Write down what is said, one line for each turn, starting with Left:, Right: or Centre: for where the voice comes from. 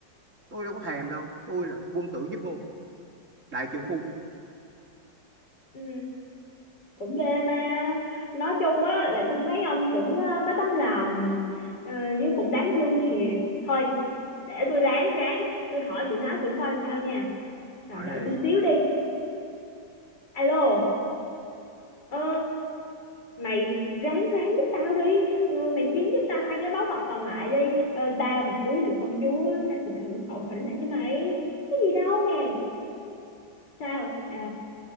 Right: tôi đâu có thèm đâu tôi là quân tử nhất ngôn đại trượng phu
Left: Ừ, cũng ghê ta nói chung á là tôi thấy ông cũng ờ, có tấm lòng ờ, với cũng đáng thương thiệt thôi để tôi ráng ráng tôi hỏi tụi nó thử coi làm sao nha rồi
Right: hỏi
Left: đợi
Right: đi
Left: tôi xíu đi alo ờ, mày ráng ráng giúp tao đi Ờ, mày kiếm giúp tao hai cái báu vật còn lại đi Ờ, tao mà cưới được công chúa tao sẽ thưởng hậu hĩnh lại cho mày có gì đâu nè sao à